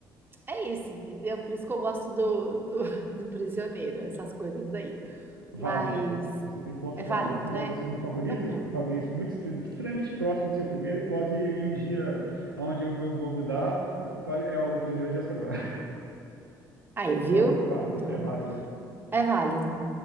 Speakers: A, on the right; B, on the right.
A: é isso, entendeu? Por isso que eu gosto do, do, do Prisioneiro, essas coisas aí.
B: Válido.
A: Mas
B: Você tem ponto
A: é válido,
B: válido. Como
A: né?
B: é o meu segundo favorito,
A: Então pronto.
B: talvez muito extre- extremamente próximo do seu primeiro, pode em um dia onde o meu humor mudar, pode, é o Prisioneiro de Azkaban. <laughs>
A: Aí, viu?
B: Então, é válido,
A: Então,
B: é válido.
A: é válido.